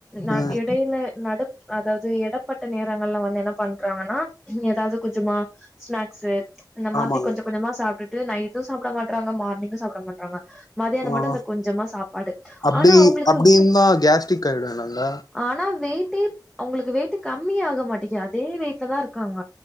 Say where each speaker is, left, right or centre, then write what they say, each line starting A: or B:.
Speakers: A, in the centre; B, on the left.
A: நாட்
B: ம்
A: எடைல நடுத் அதாவ்து எடப்பட் நேரங்கள்ல வந்து என்ன பண்றாங்கனா எதாது கொஞ்ஜமா ஸ்நாக்ஸ்ஸூ இந்த மாதிரி
B: ஆமாங்க
A: கொஞ்ஜ கொஞ்ஜமா சாப்டிட் இது நைட்டூ சாப்ட மாட்றாங்க மார்னிங்கூ சாப்ட மாட்றாங்க மதியான
B: ஆ
A: மட்டூ இந்த கொஞ்ஜமா சாப்பாடு
B: அப்டி
A: ஆனா அவுங்ளுக்கூ
B: அப்டி இருந்தா கேஸ்ட்ரிக் ஆயிடு இல்லங்க
A: ஆனா வெய்ட் டீப் அவுங்ளுக்கு வெய்ட்டு கம்மியா ஆக மாட்டிக்கு அதே வெயிட்ல தா இருக்காங்க